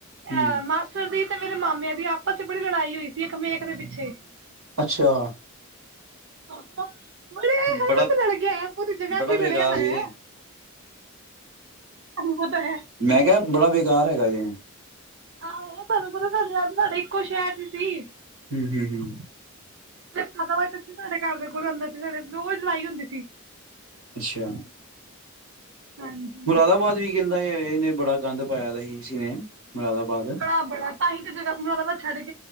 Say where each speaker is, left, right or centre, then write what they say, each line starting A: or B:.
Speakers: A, on the right (about 75°); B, on the right (about 55°).
A: ਹਮ
B: ਐ ਮਾਸਟਰ ਦੀ ਤੇ ਮੇਰੇ ਮਾਮਿਆਂ ਦੀ ਆਪਸ ਚ ਬੜੀ ਲੜਾਈ ਹੋਈ ਸੀ ਇੱਕ ਮੇਖ ਦੇ ਪਿੱਛੇ
A: ਅੱਛਾ
B: <unintelligible> <inaudible> ਬੜੇ ਹਰ
A: ਬੜਾ
B: ਪਾਸੇ ਲੜ ਕੇ ਆਯਾ ਪੂਰੀ ਜਗਾਧਰੀ
A: ਬੜਾ ਬੇਕਾਰ
B: ਲੜਿਆ ਵੈ
A: ਏ।
B: ਐ ਹ <inaudible> ਉਹ ਤਾਂ ਹੈ
A: ਮੈਂ ਕਿਹਾ ਬੜਾ ਬੇਕਾਰ ਹੈਗਾ ਜੇ
B: ਆਹੋ ਤੁਹਾਨੂੰ ਪਤਾ ਤੁਹਾਡੇ <unintelligible> ਇੱਕੋ ਸ਼ਹਿਰ ਚ ਸੀ
A: ਹਮ ਹਮ ਹਮ
B: ਖਾਦਾ ਹੋ ਸਾਡੇ ਘਰ ਦੇ <unintelligible> ਰੋਜ਼ ਲੜਾਈ ਹੁੰਦੀ ਸੀ
A: ਅੱਛਾ
B: ਹਾਂਜੀ
A: ਮੁਰਾਦਾਬਾਦ ਵੀ ਕਹਿੰਦਾ ਹੈ ਇਹਨੇ ਬੜਾ ਗੰਦ ਪਾਇਆ ਦਾ ਸੀ ਇਸ ਨੇ ਮੁਰਾਦਾਬਾਦ
B: ਕੜਾ ਬੜਾ ਤਾਂਹੀ ਤੇ ਜਗ੍ਹਾ ਛਡੇ <inaudible>